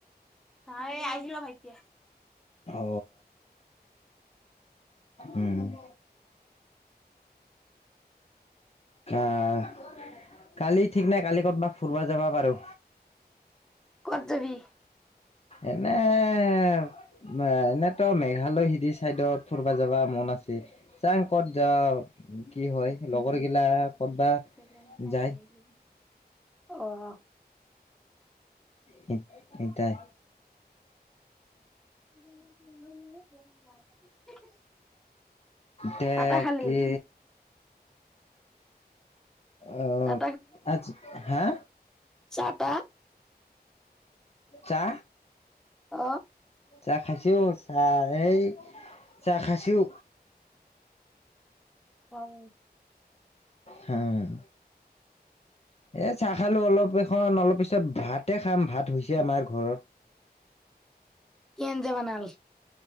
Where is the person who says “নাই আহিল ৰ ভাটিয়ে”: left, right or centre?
Centre